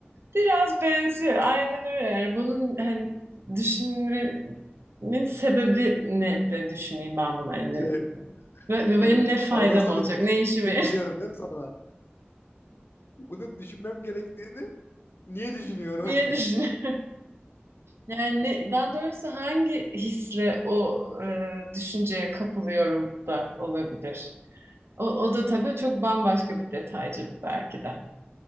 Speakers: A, on the right; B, on the left.
A: biraz benziyor. Aynen öyle. Yani bunun hani düşünmenin sebebi ne de düşüneyim ben bunu. Hani
B: <laughs>
A: ve- ve
B: Evet.
A: benim ne faydam
B: Paradoksa
A: olacak?
B: da gi-
A: Ne işime? yarar-
B: giriyorum değil mi sonra? Bunu düşünmem gerektiğini niye düşünüyorum?
A: <laughs> Niye düşünüyorum? Yani ne- daha doğrusu hangi hisle o e, düşünceye kapılıyorum da olabilir. O, o da tabii çok bambaşka bir detaycılık belki de.